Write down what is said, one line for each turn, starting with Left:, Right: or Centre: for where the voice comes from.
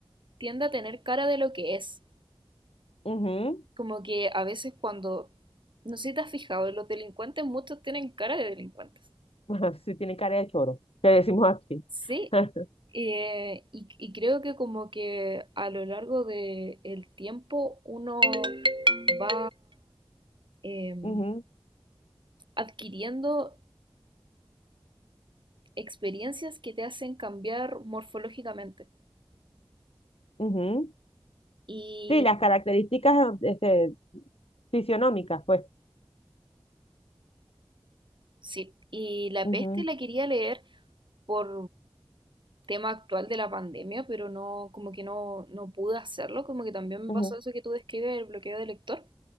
Right: tiende a tener cara de lo que es.
Left: mhm.
Right: Como que a veces cuando, no sé si te has fijado, los delincuentes muchos tienen cara de delincuentes.
Left: <laughs> Sí, tienen cara de choro, que decimos aquí.
Right: Sí,
Left: <laughs>
Right: eh, y, y creo que como que a lo largo del tiempo uno va em,
Left: Ujú,
Right: adquiriendo experiencias que te hacen cambiar morfológicamente.
Left: ujú.
Right: Y
Left: Sí, las características este, fisionómicas, pues.
Right: sí, y La
Left: Ujú,
Right: peste la quería leer por tema actual de la pandemia, pero no, como que no, no pude hacerlo, como que también me
Left: ujú,
Right: pasó eso que tú describes, el bloqueo de lector.